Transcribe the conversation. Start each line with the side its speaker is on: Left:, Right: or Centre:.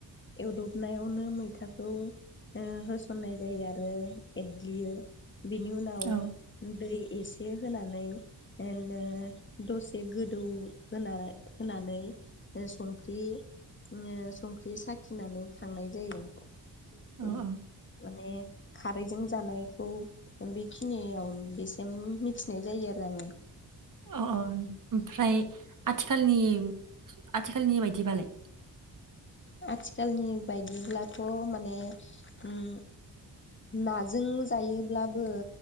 Left: एवदबनायावनो मैथाखौ ओ होस'न्नाय जायो आरो एदग्लियो बेनि उनाव
Right: औ
Left: दै एसे होनानै ओ नो दसे गोदौ होना होनानै संख्रि नो संख्रि साखिनानै खांनाय जायो ।
Right: अ अ।
Left: ने खारैजों जानायखौ बेखिनियाव बेसिम मिथिनाय जायो आरो ओम‌
Right: अ अ ओमफ्राय आथिखालनि आथिखालनि बायदिबालाय?
Left: आथिखालनि बायदिब्लाथ' माने ओम। नाजों जायोब्लाबो